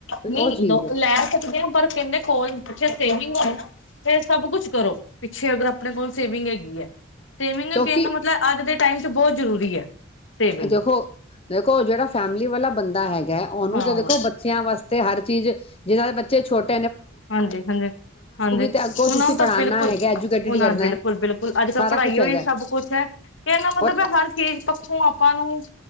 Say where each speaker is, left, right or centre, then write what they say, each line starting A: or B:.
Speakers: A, on the left; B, on the left.
A: ਨਹੀਂ
B: ਉਹ ਚੀਜ਼ ਹੈ
A: ਲੈ ਸਕਦੇ ਕਹਿੰਦੇ ਕੋਲ ਪਿੱਛੇ ਸੇਵਿੰਗ ਹੋ ਨਾ ਫ ਸਭ ਕੁਛ ਕਰੋ ਪਿੱਛੇ ਅਗਰ ਆਪਣੇ ਕੋਲ ਸੇਵਿੰਗ ਹੈਗੀ ਹੈ ਸੇਵਿੰਗ
B: ਕਿਉਂਕਿ
A: ਮਤਲਬ ਅੱਜ ਦੇ ਟਾਈਮ ਚ ਬਹੁਤ ਜ਼ਰੂਰੀ ਹੈ ਸੇਵਿੰਗ।
B: ਅਜ ਹੋ ਦੇਖੋ ਜਿਹੜਾ ਫੈਮਿਲੀ ਵਾਲਾ ਬੰਦਾ ਹੈਗਾ ਇਹ ਉਹਨੂੰ
A: ਹਾਂ
B: ਤੇ ਦੇਖੋ ਬੱਚਿਆਂ ਵਾਸਤੇ ਤੇ ਹਰ ਚੀਜ਼, ਜਿਹਨਾਂ ਦੇ ਬੱਚੇ ਛੋਟ
A: ਹਾਂਜੀ, ਹਂਜੀ, ਹਾਂਜੀ।
B: ਤੇ ਅੱਗੋਂ
A: ਉਹਨਾਂ
B: ਤੁਸੀਂ
A: ਨੂੰ ਤਾਂ
B: ਪੜ੍ਹਾਉਣਾ
A: ਬਿਲਕੁਲ,
B: ਹੈਗਾ ਐਜੂਕੇਟਿਡ
A: ਉਹਨਾਂ
B: ਕਰਨਾ
A: ਨੂੰ ਬਿਲਕੁਲ
B: ਹੈ
A: ਬਿਲਕੁਲ। ਅੱਜ ਕੱਲ
B: ਸਾਰਾ
A: ਪੜ੍ਹਾਈ
B: ਕੁਛ
A: ਪੜ੍ਹਾਈਉਈ
B: ਹੈਗਾ
A: ਸਭ ਕੁਛ ਐ। ਕੈਨ ਦਾ ਮਤਲਬ
B: ਔਰ
A: ਹੈ ਹਰ ਚੀਜ਼ ਪੱਖੋਂ ਆ ਆਪਾਂ ਨੂੰ